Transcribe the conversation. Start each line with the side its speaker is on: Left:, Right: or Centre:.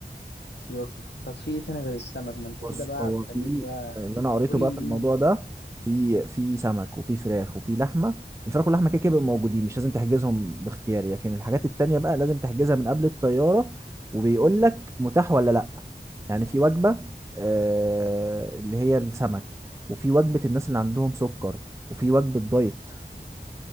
Left: في وجبة طب في إيه تاني غير السمك ما أنت
Right: بص
Left: كده بقى
Right: هو
Left: هتخليني
Right: في
Left: بقى
Right: يعني اللي انا قريته
Left: قول
Right: بقى
Left: لي المنيو
Right: في الموضوع
Left: كله
Right: ده في في سمك وفي فراخ وفي لحمه الفراخ واللحمه كده كده بيبقوا موجودين مش لازم تحجزهم باختياري لكن الحاجات التانيه بقى لازم تحجزها من قبل الطياره وبيقول لك متاح ولا لا يعني في وجبه آه اللي هي السمك وفي وجبه الناس اللي عندهم سكر وفي وجبه دايت